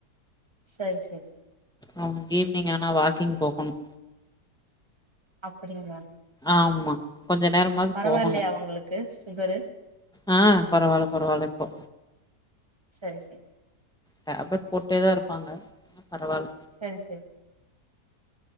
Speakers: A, on the right; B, in the centre.
A: சரி சரி
B: அவனுக்கு ஈவினிங் ஆனா வாக்கிங் போகணு
A: அப்டிங்களா
B: ஆமா கொஞ்ச நேரமாவது
A: பரவாயில்லையா
B: போகணு
A: அவங்களுக்கு சுகரு
B: ஆ பரவால்ல பரவால்ல இப்போ
A: சரி சரி
B: டேப்லெட் போட்டே தா இருப்பாங்க பரவால்ல
A: சரி சரி